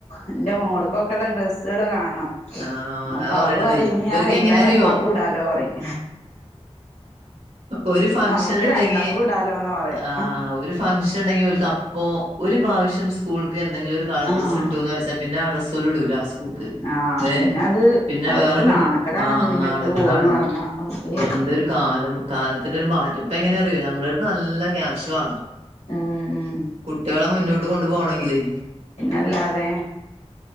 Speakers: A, on the left; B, on the right.
A: എന്റെ മോള്ക്ക്‌ ഇപ്പോക്കള്ള ഡ്രസ്സുകള് കാണണം
B: ആഹ് അതാ
A: അപ്പോ
B: പറയണത്
A: അവള് പറയുംഇനി
B: ഇവർക്ക്
A: ഞാൻ വലുതായാൽ
B: എങ്ങനെ അറിയോ
A: ഇമ്മാക്കും ഇടാലോ പറയും
B: ഒരു ഫംഗ്ഷൻ
A: നമ്മുക്ക്
B: ഉണ്ടെങ്കി
A: രണ്ടാക്കും ഇടാലോന്നാ പറയാ
B: ആഹ് ഒരു ഫംഗ്ഷൻ ഇണ്ടെങ്കിൽ ഓൽക് അപ്പോ ഒരു പ്രാവശ്യം സ്കൂൾക്ക് എന്തെങ്കിലും ഒരു കളർ
A: ആഹ്
B: ഡ്രസ്സ് ഇട്ടു എന്ന് വെച്ചാ പ്പ പിന്നെ ആ ഡ്രസ്പോലും ഇടൂല സ്കൂൾക്ക്.
A: ആഹ് പിന്നെ
B: ഏ
A: അത്
B: പിന്നെ
A: അവർക്ക്
B: വേറെക്കിടും
A: നാണക്കേടാണ്
B: ആ
A: അത് പിന്നെ
B: നാണക്കേടാണ്
A: ഇട്ട് പോവാന്ന് പറഞ്ഞാ അയ്യോ
B: എന്തൊരു കാലം. കാലത്തിന്റെ ഒരു മാറ്റം ഇപ്പോ എങ്ങനെ അറിയോ നമ്മളട് ത് നല്ല കാശ് വോണം
A: ഉം ഉം
B: കുട്ടികളെ മുന്നോട്ട് കൊണ്ടു പോകണെങ്കിലേ.
A: അല്ലാതെ